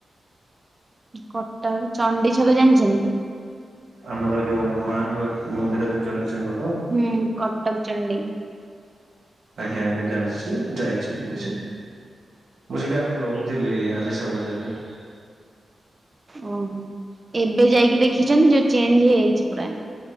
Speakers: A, on the right (about 20°); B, on the right (about 55°).
A: କଟକ ଚଣ୍ଡିଛକ ଜାଣିଛନ୍ତି।
B: ଆମର ଯୋଉ ମାଙ୍କ ମନ୍ଦିର ଯୋଉ ଚଣ୍ଡିଛକ ତ।
A: ହୁଁ କଟକ ଚଣ୍ଡୀ।
B: ଆଜ୍ଞା ଆଜ୍ଞା ଜାଣିଛି ଯାଇଛି ବି
A: ହୁଁ
B: ସେଠି। ମୁଁ ସେଇଠି ଆଗରୁ ରହୁ ଥିଲି ଆଲିସା ବଜାର ରେ।
A: ଓହୋ ଏବେ ଯାଇକି ଦେଖିଛନ୍ତି ଯୋଉ ଚେଞ୍ଜ ହେଇଯାଇଛି ପୁରା।